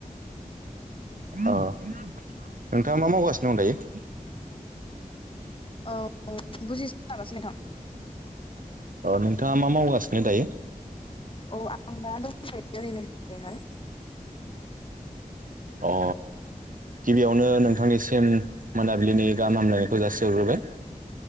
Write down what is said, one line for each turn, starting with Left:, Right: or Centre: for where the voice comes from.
Right: अ नोंथाङा मा मावगासिनो दं दायो?
Left: औ बुजिसाबासै नोंथां
Right: अ नोंथाङा मा मावगासिनो दायो?
Left: औ आं दा दंथ'यो आरैनो जिरायनानै
Right: अ गिबियावनो नोंथांनिसिम मोनाबिलिनि गाहाम हामलायनायखौ जासिहरग्रोबाय